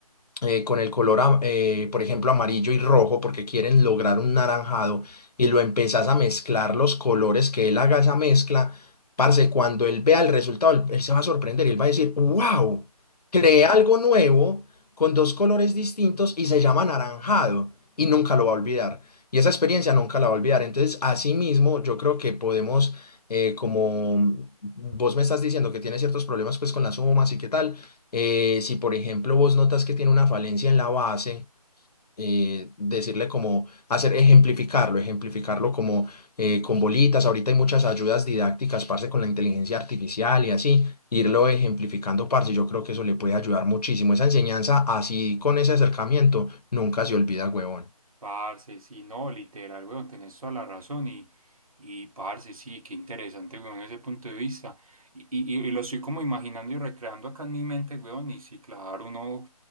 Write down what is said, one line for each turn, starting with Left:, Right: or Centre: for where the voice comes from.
Left: eh, con el color, am- eh, por ejemplo, amarillo y rojo, porque quieren lograr un naranjado, y lo empezás a mezclar los colores que él haga esa mezcla, parce, cuando él vea el resultado, él, él se va a sorprender, él va a decir, wow, creé algo nuevo con
Right: Mm.
Left: dos colores distintos y se llama naranjado, y nunca lo va a olvidar. Y esa experiencia nunca la va a olvidar. Entonces, así mismo, yo creo que podemos, eh, como vos me estás diciendo que tienes ciertos problemas pues con las sumas y qué tal, eh, si por ejemplo vos notas que tiene una falencia en la base, eh, decirle como hacer ejemplificarlo, ejemplificarlo como eh, con bolitas. Ahorita hay muchas ayudas didácticas, parce, con la inteligencia artificial y así, irlo ejemplificando, parce. Yo creo que eso le puede ayudar muchísimo. Esa enseñanza así con ese acercamiento nunca se olvida, huevón.
Right: Parce, sí, no, literal, weón, tenés toda la razón y, y parce, sí, qué interesante, weón, ese punto de vista. Y, y, y lo estoy como imaginando y recreando acá en mi mente, weón, y sí, claro, uno